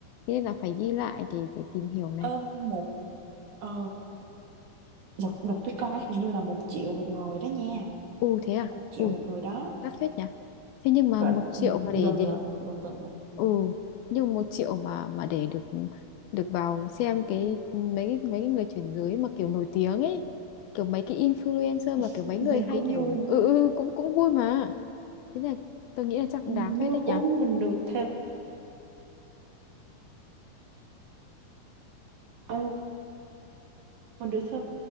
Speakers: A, on the left; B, on the right.
A: thế nên là phải ghi lại để để tìm hiểu này
B: Ờ, một ờ đợt đợt tôi coi hình như là một triệu một người đó nha
A: ừ thế à
B: một triệu
A: ừ
B: một người đó
A: đắt phết nhỉ thế nhưng mà
B: gần
A: một triệu
B: ừ,
A: mà
B: gần
A: để để
B: gần gần gần một
A: ừ nhưng một triệu mà mà để được được vào xem cái mấy cái- mấy cái người chuyển giới mà kiểu nổi tiếng ấy kiểu mấy cái influencer mà
B: <laughs>
A: kiểu mấy người
B: nghe
A: hay
B: cũng
A: kiểu
B: vui mà
A: ừ
B: ha.
A: ừ ừ, cũng cũng vui mà thế là tôi nghĩ là chắc cũng
B: Ừ,
A: đáng
B: nhưng
A: phết
B: mà
A: đấy
B: uống
A: nhỉ
B: mình được thêm ừ, mình được thêm